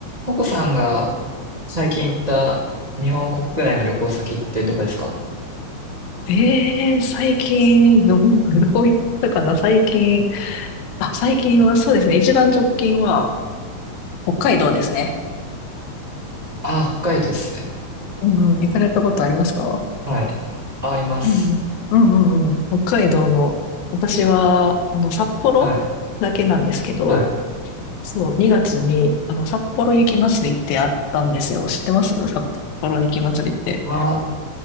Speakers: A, on the right; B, on the left.
A: ココさんが最近行った日本国内の旅行先ってどこですか
B: ええ最近、ど、<laughs> どういったかな、最近。あ、最近はそうですね。
A: あれ。
B: 一番直近は北海道ですね。
A: あー、北海道ですね。
B: うんうん、行かれたことありますか
A: はい。あ、あります。
B: うん。うんうんうん。北海道の、私は、あの、札幌だけなんですけど、
A: はい。はい。
B: そう、2月に、あの、札幌雪まつりってあったんですよ。知ってます札幌雪まつりって。
A: あー、